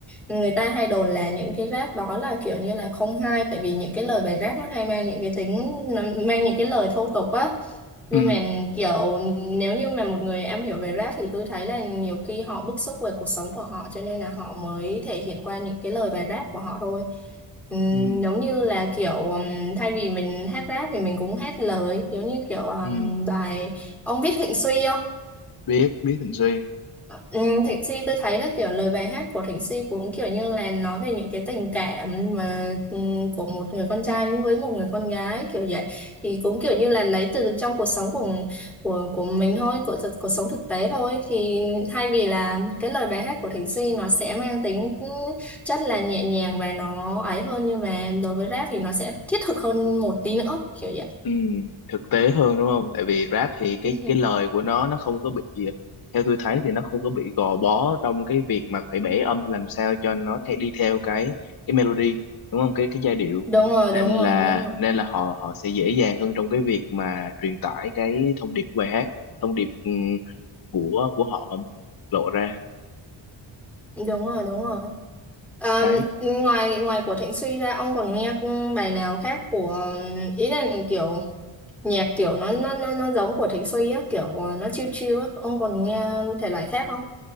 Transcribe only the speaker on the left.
ừ.
Ừ.
Ừ.
biết biết Thịnh Suy
Ừ, thực tế hơn đúng không? Tại vì rap thì cái
cái lời của nó nó không có bị theo tôi thấy thì nó không có bị gò bó trong cái việc mà phải bẻ âm làm sao cho nó theo, đi theo cái cái melody đúng không? Cái cái giai điệu
nên
là
nên là họ họ sẽ dễ dàng hơn trong cái việc mà truyền tải cái thông điệp của bài hát, thông điệp ừ, của của họ mà muốn lộ ra.
Đấy.